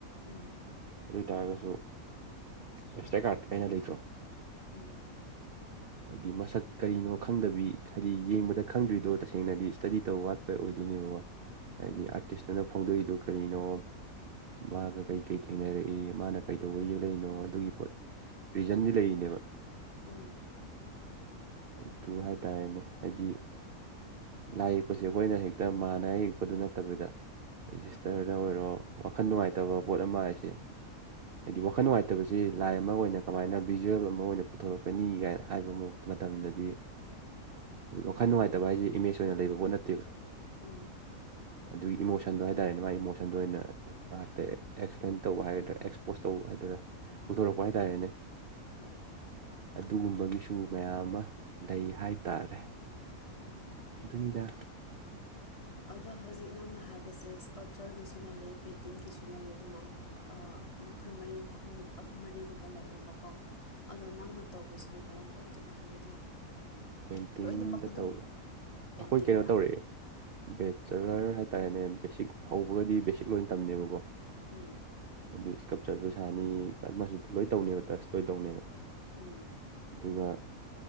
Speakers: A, on the left; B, on the right.
A: ꯎꯝ꯫
B: ꯑꯗꯨ ꯑꯣꯏꯇꯥꯔꯒꯁꯨ ꯑꯦꯁꯇ꯭ꯔꯦꯛ ꯀꯥꯔꯠ ꯍꯥꯏꯅ ꯂꯩꯇ꯭ꯔꯣ꯫
A: ꯎꯝ
B: ꯍꯥꯏꯗꯤ ꯃꯁꯛ ꯀꯔꯤꯅꯣ ꯈꯪꯗꯕꯤ ꯍꯥꯏꯗꯤ ꯌꯦꯡꯕꯗ ꯈꯪꯗ꯭ꯔꯤꯗꯣ ꯇꯁꯦꯡꯅꯗꯤ ꯁ꯭ꯇꯗꯤ ꯇꯧ ꯋꯥꯠꯄ ꯑꯣꯏꯗꯣꯏꯅꯦꯕꯀꯣ꯫ ꯍꯥꯏꯗꯤ
A: ꯎꯝ
B: ꯑꯥꯔꯇꯤꯁꯇꯨꯅ ꯐꯣꯡꯗꯣꯛꯏꯗꯣ ꯀꯔꯤꯅꯣ꯫ ꯃꯥꯒ ꯀꯩꯀꯩ ꯊꯦꯡꯅꯔꯛꯏ ꯃꯥꯅ ꯀꯩꯗꯧꯕ ꯌꯦꯛꯂꯛꯏꯅꯣ ꯑꯗꯨꯒꯤ ꯄꯣꯠ꯫ ꯔꯤꯖꯟꯗꯤ ꯂꯩꯔꯤꯅꯦꯕ꯫
A: ꯎꯝ꯫
B: ꯑꯗꯨ ꯍꯥꯏꯇꯥꯔꯦꯅꯦ ꯍꯥꯏꯗꯤ꯫ ꯂꯥꯏ ꯌꯦꯛꯄꯁꯦ ꯑꯩꯈꯣꯏꯅ ꯍꯦꯛꯇ ꯃꯥꯟꯅ ꯌꯦꯛꯄꯗꯨ ꯅꯠꯇꯕꯤꯗ꯫ ꯁꯤꯁꯇꯔꯅ ꯑꯣꯏꯔꯣ ꯋꯥꯈꯜ ꯅꯨꯡꯉꯥꯏꯇꯕ ꯄꯣꯠ ꯑꯃ ꯍꯥꯏꯁꯦ꯫ ꯍꯥꯏꯗꯤ ꯋꯥꯈꯜ ꯅꯨꯡꯉꯥꯏꯇꯕꯁꯤ ꯂꯥꯏ ꯑꯃ ꯑꯣꯏꯅ ꯀꯃꯥꯏꯅ ꯕꯤꯖꯨꯋꯦꯜ ꯑꯃ ꯑꯣꯏꯅ ꯄꯨꯊꯣꯔꯛꯀꯅꯤ ꯀꯥꯏꯅ ꯍꯥꯏꯕ ꯃꯑꯣꯡꯗ꯫ ꯃꯇꯝꯗꯗꯤ ꯋꯥꯈꯥꯏ ꯅꯨꯡꯉꯥꯏꯇꯕ ꯍꯥꯏꯁꯦ ꯏꯃꯦꯖ ꯑꯣꯏꯅ ꯂꯩꯕ ꯄꯣꯠ ꯅꯠꯇꯦꯕ
A: ꯎꯝ꯫
B: ꯑꯗꯨꯒꯤ ꯏꯃꯣꯁꯟꯗꯣ ꯍꯥꯏꯇꯥꯔꯦꯅꯦ ꯃꯥꯒꯤ ꯏꯃꯣꯁꯟꯗꯣ ꯑꯣꯏꯅ꯫ ꯂꯥꯛꯇꯦ ꯑꯦꯛꯁꯄ꯭ꯂꯦꯟ ꯇꯧꯕ ꯍꯥꯏꯒꯗ꯭ꯔꯥ ꯑꯦꯛꯁꯄꯣꯁ ꯇꯧꯕ ꯍꯥꯏꯗꯣꯏꯔꯥ꯫ ꯄꯨꯊꯣꯔꯛꯄ
A: ꯎꯝ
B: ꯍꯥꯏꯇꯥꯔꯦꯅꯦ
A: ꯍꯣꯏ
B: ꯑꯗꯨꯒꯨꯝꯕꯒꯤꯁꯨ꯫ ꯃꯌꯥꯝ ꯑꯃ ꯂꯩ ꯍꯥꯏꯇꯥꯔꯦ꯫
A: ꯑꯣ꯫
B: ꯑꯗꯨꯅꯤꯗ꯫
A: ꯑꯗꯣ ꯍꯧꯖꯤꯛ ꯅꯪꯅ ꯍꯥꯏꯕꯁꯦ ꯏꯁꯀꯜꯆꯔꯒꯤꯁꯨ ꯂꯩꯔꯦ ꯄꯦꯟꯇꯤꯡꯒꯤꯁꯨ ꯂꯩꯔꯦ ꯑꯗꯨꯃꯥꯏꯅ ꯑ꯫ ꯃꯈꯜ ꯃꯔꯤ ꯑꯍꯨꯝ ꯑꯍꯨꯝ ꯃꯔꯤꯒꯨꯝꯕ ꯂꯩꯔꯦꯕꯀꯣ꯫ ꯑꯗꯣ ꯅꯪꯅ ꯇꯧꯕꯁꯤꯗꯤ ꯀꯔꯝꯕ ꯑꯣꯏꯗꯣꯏꯅꯣ ꯍꯥꯏꯕꯗꯤ ꯑꯗꯨꯝ
B: ꯄꯦꯟꯇꯤꯡꯗ
A: ꯂꯣꯏꯅꯃꯛ ꯑꯗꯨꯝ
B: ꯇꯧꯋꯦ
A: ꯄꯦꯟꯇꯤꯡꯗ
B: ꯑꯩꯈꯣꯏ ꯀꯩꯅꯣ ꯇꯧꯔꯑꯦ ꯕꯦꯠꯆꯂꯔ ꯍꯥꯏꯇꯥꯔꯦꯅꯦ ꯕꯦꯁꯤꯛ ꯍꯧꯕꯒꯗꯤ ꯕꯦꯁꯤꯛ ꯂꯣꯏ ꯇꯝꯅꯦꯕꯀꯣ
A: ꯎꯝ
B: ꯍꯥꯏꯗꯤ ꯏꯁꯀꯞꯆꯔꯁꯨ ꯁꯥꯅꯤ ꯑꯗꯨꯃꯁꯨ ꯂꯣꯏ ꯇꯧꯅꯦꯕ ꯇꯁ ꯂꯣꯏ ꯇꯧꯅꯦꯕ
A: ꯎꯝ
B: ꯑꯗꯨꯒ